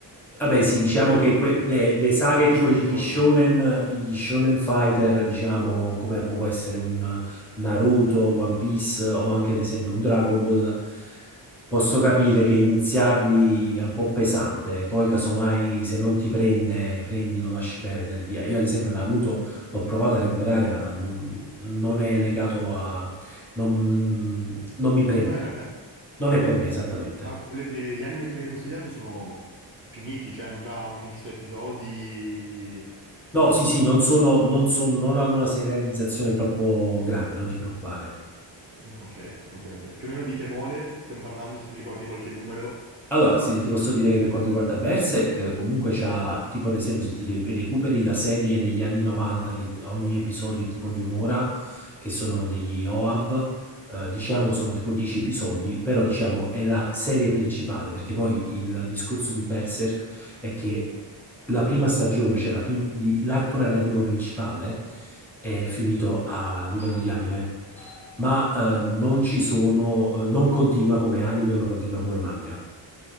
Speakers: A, in the centre; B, on the right.
A: Vabbè, sì, diciamo
B: finiti
A: che que- le, le
B: in
A: saghe tipo
B: X episodi.
A: gli shonen, gli shonen fighter, diciamo, come può essere un Naruto, One Piece o anche ad esempio un Dragon Ball, posso capire che iniziarli è un po' pesante, poi casomai se non ti prende, prendi, lo lasci perdere, via. Io ad esempio Naruto l'ho provato a recuperare, ma non, non è legato a... non, non mi prende.
B: Non è per te.
A: Non
B: Ok.
A: è per me esattamente.
B: Ma le- le- gli anime che mi hai consigliato sono finiti, cioè hanno già un X episodi.
A: No, sì, sì, non sono, non sono, non hanno una serializzazione troppo grande, non ti preoccupare.
B: Ok, ok, ok. Più o meno di che mole stiamo parlando, se ti ricordi qualche numero.
A: Allora, se ti posso dire che per quanto riguarda Berserk, comunque c'ha, tipo ad esempio, se ti ri- recuperi la serie degli anni 90, che t- ogni episodio è tipo di un'ora, che sono degli OAV, eh, diciamo sono tipo 10 episodi, però diciamo è la serie principale, perché poi il discorso di Berserk è che la prima stagione, cioè la prim- i- l'arco narrativo principale, è finito a livello di anime, ma eh, non ci sono, eh, non continua come anime, ma continua come manga.